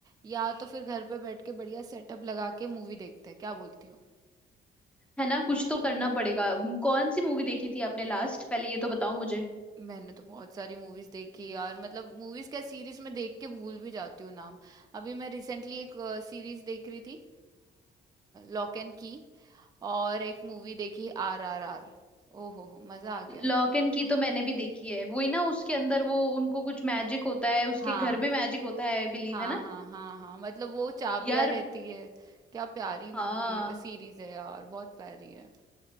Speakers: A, on the right; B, in the centre.
A: या तो फिर घर पे बैठ के बढ़िया सेटअप लगा के मूवी देखते हैं क्या बोलती हो
B: है ना कुछ तो करना पड़ेगा म- कौन सी मूवी देखी थी आपने लास्ट पहले ये तो बताओ मुझे
A: मैंने तो बहुत सारी मूवीज़ देखी यार मतलब मूवीज़ क्या सीरीज़ में देख के भूल भी जाती हूँ नाम अभी मैं रिसेंटली एक सीरीज़ देख रही थी लॉक एंड की और एक मूवी देखी आर आर आर ओ हो हो मज़ा आ गया
B: लॉक एंड की तो मैंने भी देखी है वही ना उसके अंदर वो उनको कुछ मैजिक होता है उसके
A: हाँ
B: घर में मैजिक होता है आई बिलीव
A: हाँ
B: है ना
A: हाँ हाँ हाँ मतलब वो चाबियां
B: यार
A: रहती है क्या प्यारी
B: हाँ
A: मूवी है सीरीज है यार बहुत प्यारी है